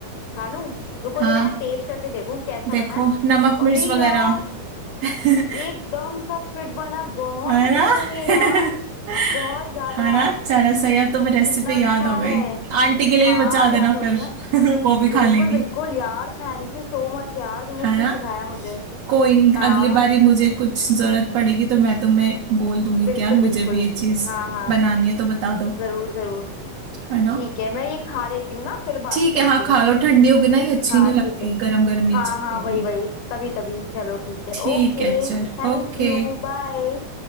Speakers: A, on the left; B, on the right.
A: खा लूँ रुको
B: हाँ
A: जरा मैं टेस्ट करके देखूँ कैसा
B: देखो
A: बना है
B: नमक मिर्च
A: अरे यार
B: वगैरह <laughs>
A: एकदम सब फिट बना है, बहुत
B: है
A: अच्छी
B: ना
A: बनी
B: <laughs>
A: है यार बहुत ज्यादा
B: है ना चलो सही अब तुम्हें रेसिपी
A: कितना अच्छा
B: याद हो गई
A: है
B: आंटी के लिए
A: हाँ
B: भी बचा देना
A: याद हो
B: फिर
A: गया
B: <laughs> वो भी
A: बिल्कुल
B: खा लेंगी
A: बिल्कुल यार थैंक यू सो मच यार तुमने
B: है
A: इतना
B: ना
A: सिखाया मुझे
B: कोई नहीं
A: हाँ
B: अगली बारी मुझे कुछ जरूरत पड़ेगी तो मैं तुम्हें बोल दूंगी
A: बिल्कुल
B: कि यार मुझे
A: बिल्कुल
B: भी ये चीज
A: हाँ हाँ
B: बनानी है तो बता दो
A: जरूर जरूर
B: है ना
A: ठीक है मैं ये खा लेती हूँ ना फिर बात
B: ठीक
A: करती
B: है हाँ
A: हूँ
B: खा लो ठंडी होगी ना ये अच्छी
A: हाँ
B: नहीं
A: ठीक
B: लगती
A: है
B: गरम गरम ही
A: हाँ
B: अच्छी
A: हाँ
B: लगेगी
A: वही वही तभी तभी चलो ठीक है
B: ठीक
A: ओके
B: है चल
A: Thank
B: ओके
A: you bye